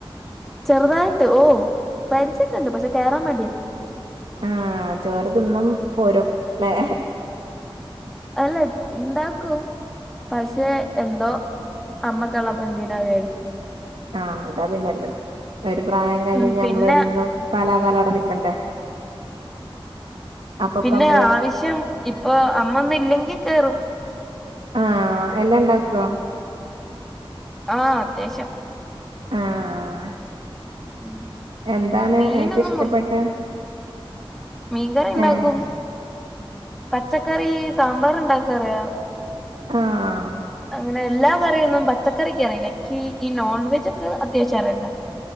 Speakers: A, in the centre; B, on the right.
A: ചെറുതായിട്ട് ഓ പരിജയൊക്കെ ണ്ട് പക്ഷെ കേറാൻ മടിയ
B: ആഹ് ചോർ തിന്നും പോരും ല്ലെ
A: അല്ലെ ഇണ്ടാക്കും പക്ഷെ എന്തോ അമ്മക്കളപ്പൊ പന്തിനാ വെ
B: ആ അതാ പിന്നെല് ഒരു പ്രായം കഴിഞ്ഞയീഞ്ഞ
A: ഉം പിന്നെ
B: അമ്മള് എന്നും കാലാകാലവ്ടെ നിക്കണ്ടേ അപ്പപ്പ
A: പിന്നെ
B: നമ്മള്
A: ആവിശ്യം ഇപ്പൊ അമ്മന്നു ല്ലെങ്കി കേറും
B: ആ എല്ലാ ണ്ടാക്കോ
A: ആ അത്യാവശ്യം
B: ആഹ്
A: ഉം
B: എന്താണ്
A: മീനൊന്നും
B: ഏറ്റവും ഇഷ്ടപ്പെട്ട
A: മീൻകറിണ്ടാക്കും
B: ഏഹ്
A: പച്ചക്കറീ സാമ്പാർണ്ടാക്കാറിയാ
B: ആഹ്
A: അങ്ങനെ എല്ലാ കറിയൊന്നും പച്ചക്കറിക്കറീല ഇകീ ഈ നോൺ വെജ ഒക്കെ അത്യാവിശ്യം അറിയണ്ട